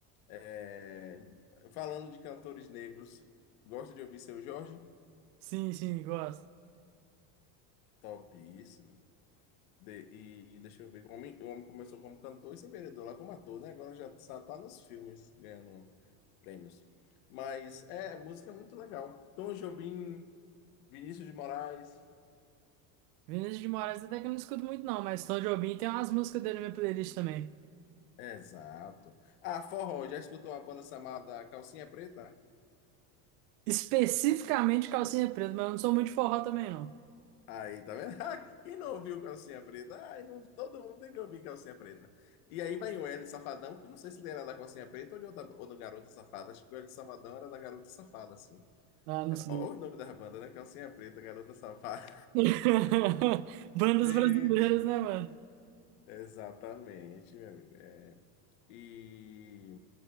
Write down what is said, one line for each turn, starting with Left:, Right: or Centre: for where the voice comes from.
Left: É, falando de cantores negros, gosta de ouvir Seu Jorge?
Right: Sim, sim, gosto.
Left: Topíssimo. De- e deixa eu ver, o homem, o homem começou como cantor e se vendedor lá como ator, né? Agora já só tá nos filmes ganhando prêmios. Mas é, música é muito legal. Tom Jobim, Vinícius de Moraes.
Right: Vinícius de Moraes até que eu não escuto muito não, mas Tom Jobim tem umas músicas dele na minha playlist também.
Left: Exato. Ah, forró, já escutou uma banda chamada Calcinha Preta?
Right: Especificamente Calcinha Preta, mas eu não sou muito de forró também não.
Left: Aí, tá vendo? <laughs> Ah, Quem não ouviu Calcinha Preta? Ai, não, todo mundo tem que ouvir Calcinha Preta. E aí vai o Wesley Safadão, que não sei se ele era da Calcinha Preta ou, de outra, ou do Garota Safada. Acho que o Wesley Safadão era da Garota Safada, assim.
Right: Ah, não
Left: Era,
Right: sei.
Left: olha o nome da banda, né? Calcinha Preta, Garota Safada.
Right: <laughs> Bandas
Left: <laughs> Gente,
Right: brasileiras, né, mano?
Left: exatamente, meu amigo. É, E.